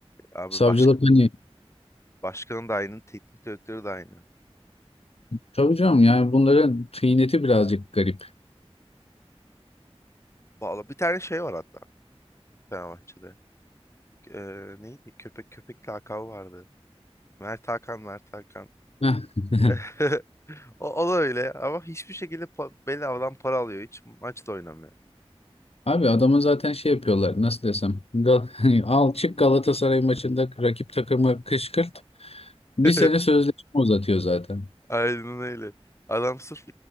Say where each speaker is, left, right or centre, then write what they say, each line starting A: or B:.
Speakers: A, on the left; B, on the left.
A: Abi
B: Savcılık
A: başka
B: hani
A: başkanın da aynı, teknik direktörü de aynı.
B: tabii canım yani bunların tıyneti birazcık garip.
A: Vallahi bir tane şey var hatta Fenerbahçe'de. Ee, neydi? Köpek köpek lakabı vardı. Mert Hakan, Mert Hakan.
B: Heh. <laughs>
A: <laughs> O, o da öyle ama hiçbir şekilde pa bedavadan para alıyor. Hiç maçta oynamıyor.
B: Abi adamın zaten şey yapıyorlar nasıl desem Gal <laughs> al çık Galatasaray maçında rakip takımı kışkırt bir
A: <laughs>
B: sene sözleşme uzatıyor zaten.
A: Aynen öyle. Adam sırf